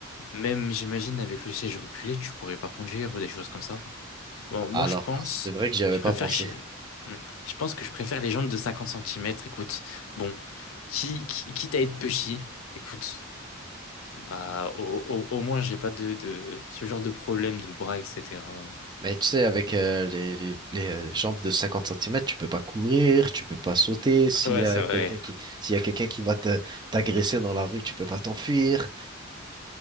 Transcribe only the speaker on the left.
même j'imagine avec le siège reculé, tu pourrais pas conduire ou des choses comme ça. Bon, moi
je pense,
je
préfère
chez... Hmm. Je pense que je préfère les jambes de cinquante centimètres écoute. Bon, qui, qui, quitte à être petit, écoute, bah au, au, au moins j'ai pas de, de ce genre de problème de bras, etc.
Ouais,
c'est
vrai.